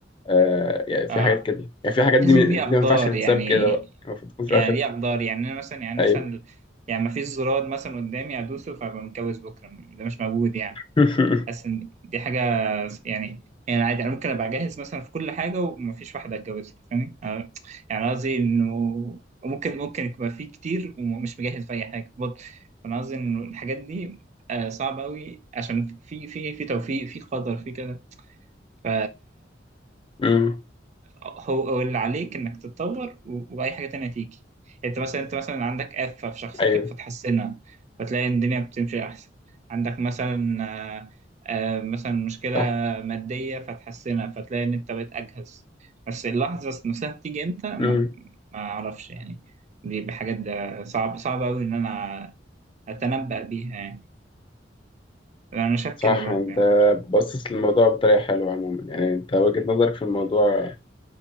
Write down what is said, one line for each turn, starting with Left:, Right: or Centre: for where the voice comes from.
Left: آه يعني في
Right: آه.
Left: حاجات كده يعني في حاجات دي
Right: بحس ان دي
Left: دي
Right: اقدار
Left: ما ينفعش تتساب
Right: يعني
Left: كده بقى المفروض تكون في
Right: يعني
Left: خطه
Right: دي اقدار يعني انا مثلا يعني
Left: ايوه
Right: مثلا يعني ما فيش زرار مثلا قدامي ادوسه فابقى متجوز بكره ده مش موجود يعني
Left: <laughs>
Right: حاسس ان دي حاجه يعني يعني عادي انا ممكن ابقى جاهز مثلا في كل حاجه وما فيش واحده اتجوزها فاهمني يعني قصدي انه ممكن ممكن يبقى في كتير ومش مجهز في اي حاجه برضه فانا قصدي انه الحاجات دي آه، صعبه قوي عشان في في في توفيق في قدر في كده ف
Left: امم
Right: هو هو اللي عليك انك تتطور و- واي حاجه تانية تيجي يعني انت مثلا انت مثلا عندك آفة في شخصيتك
Left: ايوه
Right: فتحسنها فتلاقي ان الدنيا بتمشي احسن عندك مثلا آه، آه، مثلا مشكله
Left: صح
Right: ماديه فتحسنها فتلاقي ان انت بقيت اجهز بس اللحظه نفسها بتيجي امتى ما
Left: امم
Right: ما اعرفش يعني دي بحاجات ده صعب صعب قوي ان انا اتنبأ بيها يعني انا شايف
Left: صح
Right: كده برضه
Left: انت
Right: يعني
Left: باصص للموضوع بطريقه حلوه عموما يعني انت وجهه نظرك في الموضوع